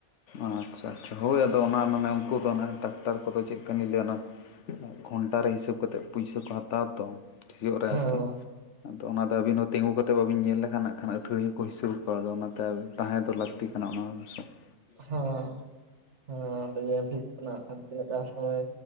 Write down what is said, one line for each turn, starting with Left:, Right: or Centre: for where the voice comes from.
Left: ᱟᱪ-ᱪᱷᱟ ᱟᱪ-ᱪᱷᱟ ᱦᱳᱭ ᱟᱫᱚ ᱚᱱᱟ ᱢᱟᱱᱮ ᱩᱝᱠᱩ ᱫᱚ ᱚᱱᱟ ᱴᱟᱠᱴᱟᱨ ᱠᱚ ᱫᱚ ᱪᱮᱜ ᱠᱟᱹᱢᱤ ᱞᱟᱹᱭᱟ ᱚᱱᱟ ᱜᱷᱚᱱᱴᱟ ᱨᱮ ᱦᱤᱥᱟᱹᱵᱽ ᱠᱟᱛᱮᱜ ᱯᱩᱭᱥᱟᱹ ᱠᱚ ᱦᱟᱛᱟᱣᱟ ᱛᱚ ᱾ ᱥᱤᱭᱳᱜ ᱨᱮ
Right: ᱦᱮᱸ
Left: ᱟᱨᱠᱤ, ᱟᱫᱚ ᱚᱱᱟ ᱫᱚ ᱟᱵᱤᱱ ᱦᱚᱸ ᱛᱤᱸᱜᱩ ᱠᱟᱛᱮᱜ ᱵᱟᱵᱤᱱ ᱧᱮᱞ ᱞᱮᱠᱷᱟᱱ ᱦᱟᱸᱜ ᱠᱷᱟᱱ ᱟᱹᱛᱷᱟᱲᱤᱭᱟᱹ ᱦᱚᱸ ᱠᱚ ᱦᱤᱥᱟᱹᱵᱟ ᱠᱚ ᱟᱫᱚ ᱚᱱᱟ ᱛᱮ ᱟᱵᱮᱱ ᱛᱟᱦᱮᱸ ᱫᱚ ᱞᱟᱠᱛᱤ ᱠᱟᱱᱟ ᱚᱱᱟ ᱦᱤᱥᱟᱹᱵᱽ ᱾
Right: ᱦᱟᱸᱦ, ᱟᱸ ᱚᱸᱰᱮ ᱧᱮᱞ ᱦᱩᱭᱩᱜ ᱠᱟᱱᱟ ᱦᱟᱸᱜ ᱠᱷᱟᱱ ᱛᱤᱱᱟᱹᱜ ᱜᱟᱱ ᱥᱳᱢᱳᱭᱮ